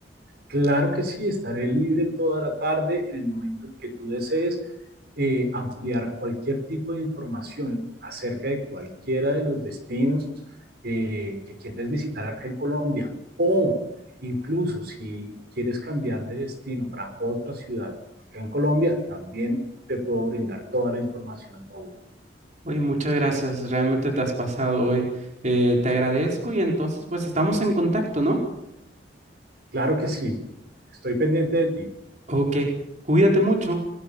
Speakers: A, on the right; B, on the right.
A: Claro que sí, estaré libre toda la tarde en el momento en que tú desees eh, ampliar cualquier tipo de información acerca de cualquiera de los destinos eh, que quieres visitar acá en Colombia o incluso si quieres cambiar de destino para otra ciudad acá en Colombia, también te puedo brindar toda la información. obvio.
B: Oye, muchas gracias, realmente te has pasado hoy. Eh, te agradezco y entonces pues estamos en contacto, ¿no?
A: Claro que sí, estoy pendiente de ti.
B: Ok, cuídate mucho.